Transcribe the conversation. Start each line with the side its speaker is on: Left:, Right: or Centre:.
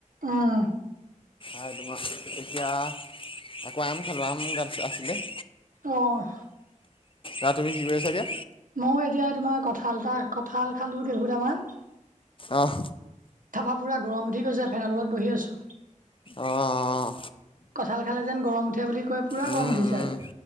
Right: আহ
Left: আৰু তোমাৰ এতিয়া আকৌ আম খালোম গ আছিলে
Right: আহ
Left: আহ তুমি কি কৰি আছা দিয়া
Right: মই এতিয়া তোমাৰ কঠাল এটা কঁঠাল খালো কেইঘোটামান
Left: আহ
Right: থাবা পুৰা গৰম উঠি গৈছে ফেনতলত বহি আছো
Left: অঁ
Right: কঠাল খালে যেন গৰম উঠি উঠে বুলি কয় পুৰা
Left: উম
Right: গম উঠিছে
Left: উম
Right: আজি